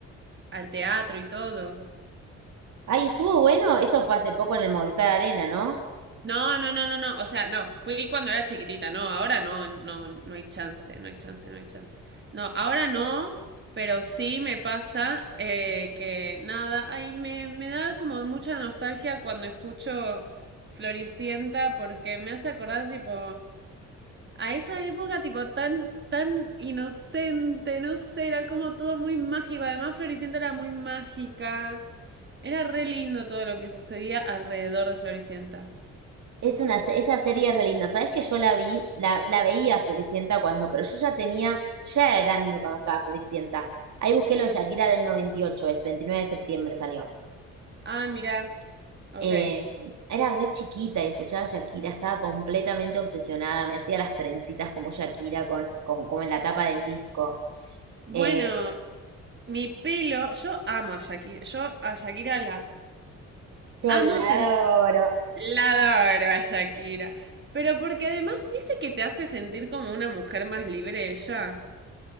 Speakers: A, on the right; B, on the right.
A: al teatro y todo.
B: ay, estuvo bueno, eso fue hace poco en el Movistar Arena, ¿no?
A: No, no, no, no, no. O sea, no, fui cuando era chiquitita, no, ahora no, no, no hay chance, no hay chance, no hay chance. No, ahora no, pero sí me pasa eh, que nada, ay, me, me da como mucha nostalgia cuando escucho Floricienta porque me hace acordar tipo a esa época tipo tan, tan inocente, no sé, era como todo muy mágico. Además, Floricienta era muy mágica. Era re lindo todo lo que sucedía alrededor de Floricienta.
B: Es una, esa serie es re linda. Sabes que yo la vi, la, la veía Floricienta cuando, pero yo ya tenía, ya era grande cuando estaba Floricienta. Ahí busqué lo de Shakira del 98, es 29 de septiembre salió.
A: Ah, mira. Ok.
B: Eh, era re chiquita y escuchaba a Shakira, estaba completamente obsesionada, me hacía las trencitas como Shakira, con, como, como en la tapa del disco. Eh,
A: Bueno, mi pelo, yo amo a Shakira, yo a Shakira la
B: Yo
A: amo
B: la
A: sentir,
B: adoro.
A: la adoro a Shakira, pero porque además, viste que te hace sentir como una mujer más libre ella.